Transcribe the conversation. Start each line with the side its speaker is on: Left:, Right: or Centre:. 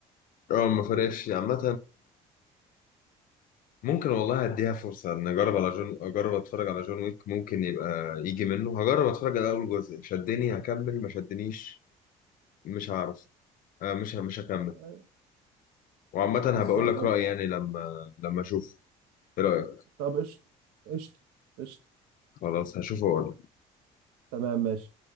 Left: اه ما فرقش عامه ممكن والله اديها فرصه ان اجرب على جون اجرب اتفرج على جون ويك ممكن يبقى يجي منه هجرب اتفرج على اول جزء شدني هكمل ما شدنيش مش هعرف آه مش ه- مش هكمل
Right: آه،
Left: وعامه
Right: بس
Left: هبقول
Right: آه،
Left: لك
Right: يعني
Left: رايي يعني لما لما اشوف ايه رايك
Right: طب قشطة قشطة قشطة
Left: خلاص هشوفه واقول
Right: تمام ماشي